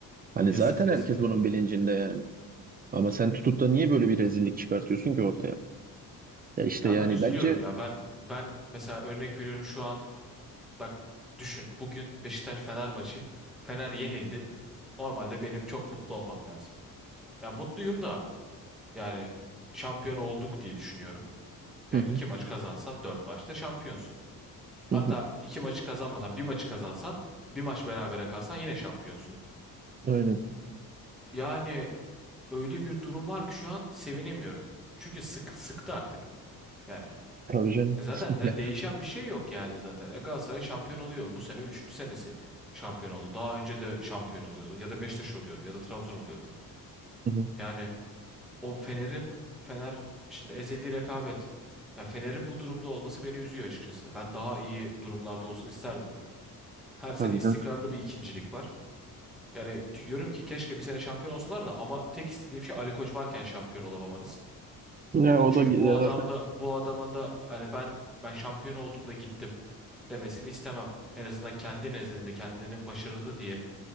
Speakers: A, on the right; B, in the centre.
A: Hani
B: Yazık
A: zaten
B: yazık
A: herkes bunun
B: ya.
A: bilincinde yani. Ama sen tutup da niye böyle bir rezillik çıkartıyorsun ki ortaya? Ya işte
B: Ya
A: yani
B: ben üzülüyorum
A: bence
B: ya. Ben ben mesela örnek veriyorum şu an bak düşün bugün Beşiktaş Fener maçı. Fener yenildi. Normalde benim çok mutlu olmam lazım. Ya mutluyum da yani şampiyon olduk diye düşünüyorum. Ya
A: Hı hı,
B: iki maç kazansan dört maçta şampiyonsun. Hatta
A: hı hı.
B: iki maçı kazanmasan bir maçı kazansan bir maç berabere kalsan yine şampiyonsun.
A: Aynen.
B: Yani öyle bir durum var ki şu an sevinemiyorum. Çünkü sık sıktı artık. Yani
A: Tabii canım.
B: E zaten
A: <laughs>
B: de değişen bir şey yok yani zaten. E Galatasaray şampiyon oluyor. Bu sene üçüncü senesi şampiyon oldu. Daha önce de şampiyon oluyordu. Ya da Beşiktaş oluyordu ya da Trabzon oluyordu.
A: Hı hı.
B: Yani o Fener'in Fener şimdi ezeli rekabet. Ya Fener'in bu durumda olması beni üzüyor açıkçası. Ben daha iyi durumlarda olsun isterdim. Her
A: Tabii
B: sene istikrarlı
A: canım.
B: bir ikincilik var. Yani diyorum ki keşke bir sene şampiyon olsalar da ama tek istediğim şey Ali Koç varken şampiyon olamamanız.
A: Ya
B: Yani
A: o
B: çünkü
A: da güzel
B: bu adam
A: zaten.
B: da bu adamın da hani ben ben şampiyon oldum da gittim demesini istemem. En azından kendi nezdinde kendini başarılı diye